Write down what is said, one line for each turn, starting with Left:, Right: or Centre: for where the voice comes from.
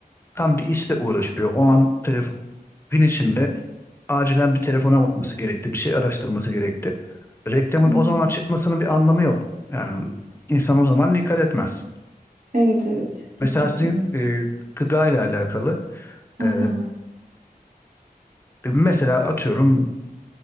Left: tam bir işle uğraşıyor. O an telefon gün içinde acilen bir telefona bakması gerekti, bir şey araştırması gerekti. Reklamın
Right: Hı hı.
Left: o zaman çıkmasının bir anlamı yok. Yani insan o zaman dikkat etmez.
Right: Evet evet kesinlikle.
Left: Mesela sizin e, gıda ile alakalı
Right: Hı
Left: e,
Right: hı.
Left: mesela atıyorum